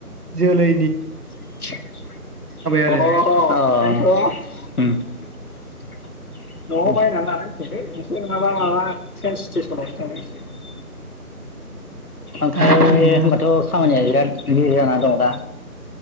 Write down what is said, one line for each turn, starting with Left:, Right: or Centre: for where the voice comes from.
Right: जोलै।
Left: <unintelligible> <unintelligible>
Right: आरो
Left: बे नंङाबा माबा ट्रेनस्टेसनावसो थांनांसिगोन। ओमफ्राय
Right: दा ओरैनो
Left: होमबाथ' खामानिया बिराद <unintelligible> जानानै दं दा।